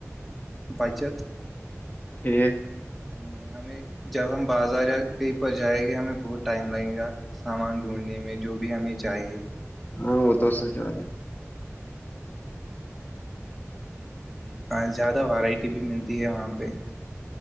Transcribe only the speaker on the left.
ٹھ
ہاں وہ تو سر جود ہے